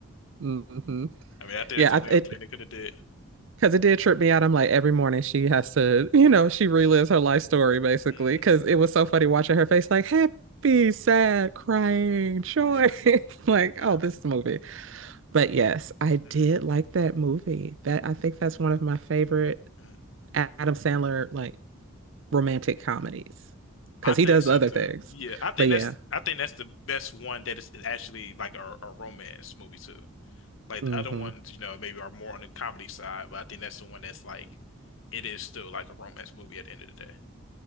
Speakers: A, on the right; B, on the left.
A: Mm-hmm.
B: I mean, I think
A: Yeah,
B: that's the
A: I,
B: only other
A: it
B: thing they could have did.
A: Because it did trip me out. I'm like, every morning she has to, you know, she relives her life story basically.
B: Mm,
A: Because it was so funny watching her face, like happy, sad, crying, joy.
B: yeah,
A: <laughs> like,
B: yeah.
A: oh, this movie. But yes, I did
B: Mm,
A: like that movie. That I think that's one of my favorite
B: mm.
A: Adam Sandler like romantic comedies because
B: I think
A: he does
B: so
A: other
B: too.
A: things.
B: Yeah, I think
A: But yeah,
B: that's I think that's the best one that is actually like a, a romance movie too. Like
A: hmm
B: the other ones, you know, maybe are more on the comedy side, but I think that's the one that's like it is still like a romance movie at the end of the day.